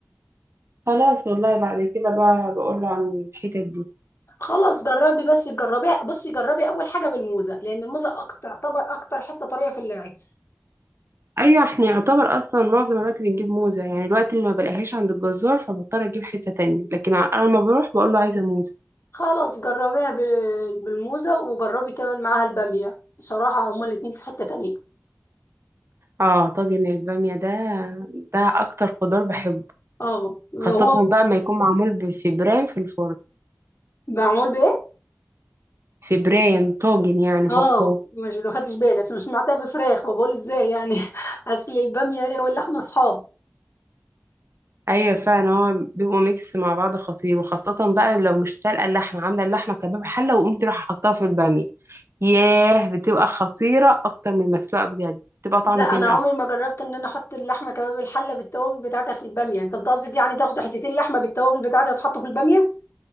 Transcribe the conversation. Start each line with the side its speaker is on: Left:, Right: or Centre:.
Right: خلاص والله بعد كده بقى بقول له عن الحتت دي
Left: خلاص جربي بس جربي بصي جربي اول حاجه بالموزه لان الموزه أكتر تعتبر اكتر حته طريه في اللعب
Right: ايوه احنا يعتبر اصلا معظم الوقت بنجيب موزه يعني الوقت اللي ما بلاقيهاش عند الجزار فبضطر اجيب حته تانية لكن انا لما بروح بقول له عايزه موزه
Left: خلاص جربيها ب- بالموزه وجربي كمان معاها الباميه بصراحه هما الاتنين في حته تانية
Right: اه طاجن الباميه ده ده اكتر خضار بحبه
Left: اه
Right: خاصه
Left: هو
Right: بقى ما يكون معمول ب- في برام في الفرن
Left: معمول بايه
Right: في برام طاجن يعني
Left: اه
Right: فخار
Left: مش ما خدتش بالي بس مش سمعتها بفراخ فبقول ازاي يعني <laughs> اصل الباميه هي واللحمه اصحاب
Right: ايوه فعلا هو بيبقوا ميكس مع بعض خطير وخاصة بقى لو مش سالقة اللحمة عاملة اللحمة كباب حلة وقمت رايحة حطها في البامية ياه بتبقى خطيرة اكتر من المسلوقة بجد بتبقى طعم
Left: لا
Right: تاني
Left: انا عمري
Right: اصلا
Left: ما جربت ان انا احط اللحمه كباب الحله بالتوابل بتاعتها في الباميه انت قصدك يعني تاخدوا حتتين لحمه بالتوابل بتاعتها وتحطوا في الباميه